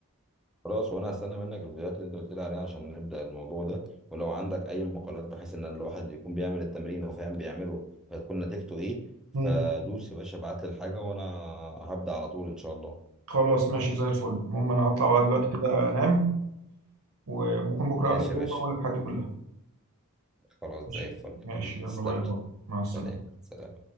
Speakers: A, in the centre; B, on the right.
A: خلاص وانا هستنى منك الفيديوهات اللي انت قلت لي عليها عشان نبدا الموضوع ده ولو عندك اي مقالات بحيث ان الواحد يكون بيعمل التمرين وفاهم بيعمله فتكون نتيجته ايه فدوس
B: مم.
A: يا باشا ابعت لي الحاجه وانا هبدا على طول ان شاء الله
B: خلاص ماشي زي الفل المهم انا هطلع بقى دلوقتي كده انام وممكن بكره اقابلك
A: ماشي
B: تاني
A: يا باشا
B: بقى واقول لك الحاجات دي كلها
A: خلاص
B: ماشي
A: زي الفل
B: ماشي
A: حبيبي
B: يلا
A: تسلم
B: باي
A: لي
B: باي مع السلامه
A: سلام سلام